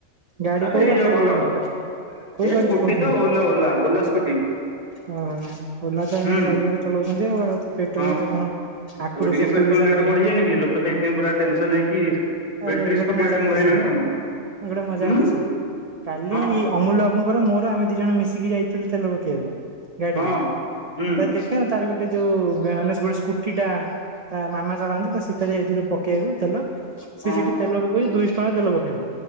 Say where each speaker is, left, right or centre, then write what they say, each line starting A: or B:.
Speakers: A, on the right; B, on the left.
A: ଗାଡି
B: ନା
A: କୋଉ
B: ଏଇଯାଉ
A: ଗାଡି ଚଲଉଛନ୍ତି?
B: ଭଲ ଏ
A: କୋଉ ଗାଡି
B: ସ୍କୁଟି
A: ଚଲଉଛନ୍ତି?
B: ତ Ola Ola, Ola scooty.
A: ହଁ ଓହ ଓଲା ତ ଏଇନା
B: ହୁଁ
A: ଚାରିଆଡେ ଚଲାଉଛନ୍ତି ଆଉ ଆଉ ତ ପେଟ୍ରୋଲ
B: ହଁ
A: ତ କଣ? ଆଖୁରୁ
B: ଏବେ ଟିକେ
A: ସବୁ
B: ପେଟ୍ରୋଲ
A: ପୁରେଇ ସାରିଲାଣି
B: ରେଟ୍ ବଢିାନି କି ଲୋକ ସେଇଥିପଁ ପୁରା ଟେନସନ ହେଇକି
A: ଆରେ
B: ବେଟ୍ରି
A: ଗୋଟେ
B: ସ୍କୁଟି
A: ମଜା
B: ଆଡ଼େ
A: କଥା
B: ମୁହେଲେନି
A: ଶୁଣ
B: ଆଉ।
A: ଗୋଟେ ମଜା
B: ହୁଁ
A: କଥା ଶୁଣ କାଲି
B: ହଁ କହୁ
A: ଅମୁଲ ବାବୁଙ୍କର ମୋର ଆମେ ଦି ଜଣ ମିଶିକି ଯାଇ ତୁ ତେଲ ପକେଇବାକୁ ଗାଡିରେ
B: ହଁ ହୁଁ
A: ତ ଦେଖ କ ତାର ଗୋଟେ ଯୋଉ ମାନେ ଗୋଟେ ସ୍କୁଟି ଟା ତା ମାମା ଚାଲନ୍ତି ତ ଶୀତରେ ଯାଇଥିଲୁ ପକେଇବାକୁ ତେଲ ସେ
B: ହଁ
A: ସେଠି ତେଲ ପକେଇଛି ଦୁଇଶହ ଟଙ୍କାରେ ତେଲ ପକେଇଲା।